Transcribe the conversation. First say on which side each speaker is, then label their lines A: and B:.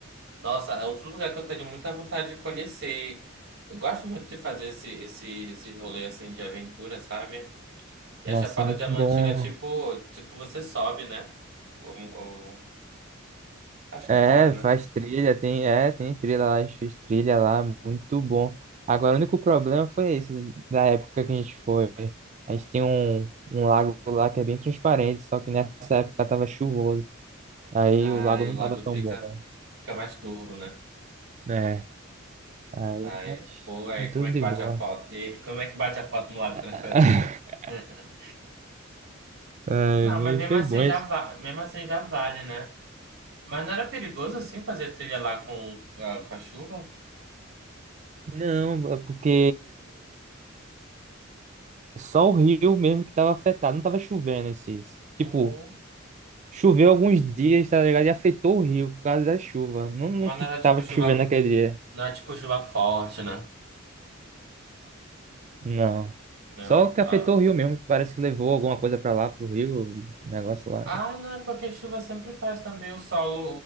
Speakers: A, on the right (about 65°); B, on the right (about 35°).
A: Nossa, é outro lugar que eu tenho muita vontade de conhecer. Eu gosto muito de fazer esse, esse, esses rolês assim de aventura, sabe? E
B: nossa,
A: a Chapada
B: é muito
A: Diamantina
B: bom.
A: é tipo, tipo você sobe, né? O, o- a Chapada,
B: É,
A: né?
B: faz trilha, tem, é, tem trilha lá, a gente fez trilha lá, muito bom. Agora, o único problema foi esse, da época que a gente foi. A gente tem um, um lago lá que é bem transparente, só que nessa época tava chuvoso. Aí
A: Aí
B: o lago não
A: o lago
B: tava tão
A: fica,
B: bom.
A: fica mais turvo, né?
B: né? Aí,
A: Aí,
B: mas
A: pô, aí
B: tudo
A: como é que
B: de
A: bate
B: boa.
A: a foto? E como é que bate a foto no lago
B: <laughs>
A: transparente? <laughs>
B: Ai,
A: Não,
B: mas
A: mas mesmo
B: foi
A: assim
B: bom
A: já
B: isso.
A: va- mesmo assim já vale, né? Mas não era perigoso assim fazer trilha lá com, ah, com a chuva?
B: Não, é porque só o rio mesmo que tava afetado, não tava chovendo esses. Tipo,
A: Uhum.
B: choveu alguns dias, tá ligado? E afetou o rio por causa da chuva. Não, não
A: Mas
B: que
A: não era tipo
B: tava
A: chuva,
B: chovendo naquele dia.
A: não era tipo chuva forte, né?
B: Não.
A: Não.
B: Só que
A: ah.
B: afetou o rio mesmo. Parece que levou alguma coisa pra lá, pro rio, um negócio lá.
A: Ah, não, é porque chuva sempre faz também o solo,